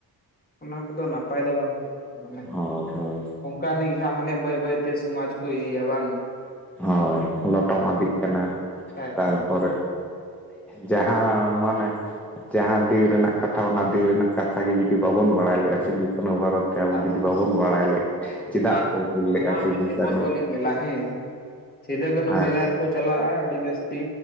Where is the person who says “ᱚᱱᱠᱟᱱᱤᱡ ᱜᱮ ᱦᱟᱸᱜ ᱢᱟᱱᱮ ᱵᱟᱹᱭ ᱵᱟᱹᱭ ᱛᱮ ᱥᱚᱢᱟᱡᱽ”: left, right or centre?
Left